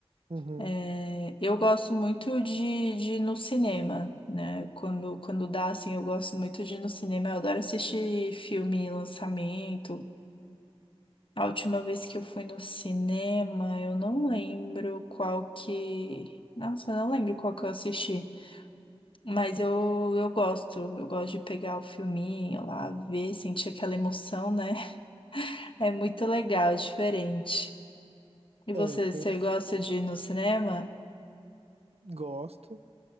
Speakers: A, on the right; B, on the left.
A: Uhum.
B: É, eu gosto muito de, de ir no cinema, né? Quando, quando dá, assim, eu gosto muito de ir no cinema. Eu adoro assistir filme, lançamento. A última vez que eu fui no cinema, eu não lembro qual que. Nossa, eu não lembro qual que eu assisti. Mas eu, eu gosto, eu gosto de pegar o filminho lá, ver, sentir aquela emoção, né? <laughs> É muito legal, é diferente. E você,
A: É, tenho.
B: você gosta de ir no cinema?
A: Gosto.